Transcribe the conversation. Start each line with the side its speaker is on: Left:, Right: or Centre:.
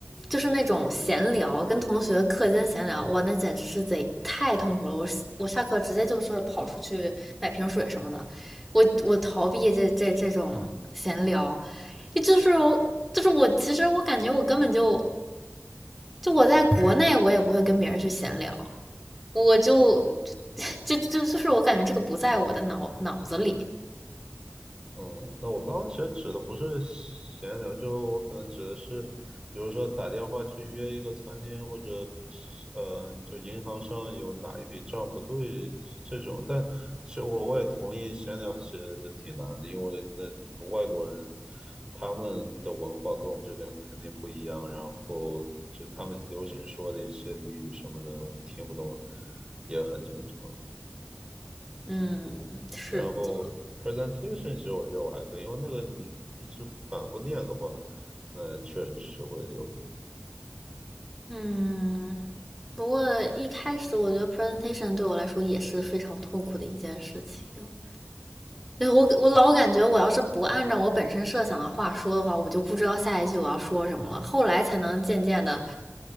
Centre: 就是那种闲聊，跟同学课间闲聊，哇，那简直是贼太痛苦了。我我下课直接就是跑出去买瓶水什么的，我我逃避这这这种闲聊，就是我就是我，其实我感觉我根本就就我在国内我也不会跟别人去闲聊，我就。就就就是我感觉这个不在我的脑脑子里。
Right: 嗯，那我刚刚其实指的不是闲聊，就我可能指的是，比如说打电话去约一个餐厅，或者呃，就银行上有哪一笔账不对这种。但其实我我也同意，闲聊其实是挺难的，因为那外国人他们的文化跟我们这边肯定不一样，然后就他们流行说的一些俚语什么的，我们听不懂也很正常。
Centre: 嗯，是的，
Right: 然后 presentation 其实我觉得我还可以，因为那个你一直反复练的话，那确实是会流利。
Centre: 嗯。不过一开始我觉得 presentation 对我来说也是非常痛苦的一件事情。对，我我老感觉我要是不按照我本身设想的话说的话，我就不知道下一句我要说什么了。后来才能渐渐的